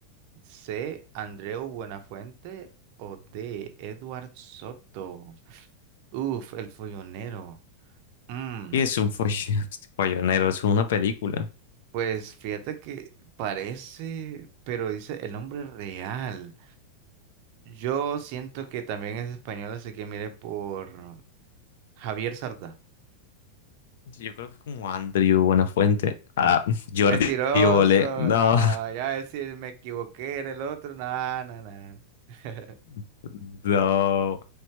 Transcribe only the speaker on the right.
C. Andreu Buenafuente. O D. Edward Soto. Uf, El Follonero. Mm,
pues fíjate que parece, pero dice el nombre real. Yo siento que también es español, así que mire por... Javier Sardá.
Mentiroso,
no, ya decir me equivoqué, era el otro, no, no, no. <laughs>